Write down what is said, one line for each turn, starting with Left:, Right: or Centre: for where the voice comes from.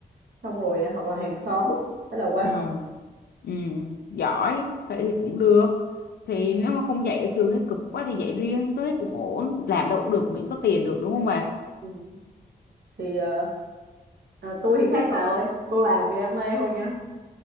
Right: xong rồi à, hoặc là hàng xóm á, hay là qua
Left: ừ
Right: học
Left: ừ giỏi vậy thì cũng được thì nếu mà không dạy ở trường thấy cực quá thì dạy riêng tôi thấy cũng ổn làm đâu cũng được miễn có tiền được đúng không bà
Right: Ừ. thì ờ, à, tôi thì khác bà ơi tôi làm vì đam mê thôi nha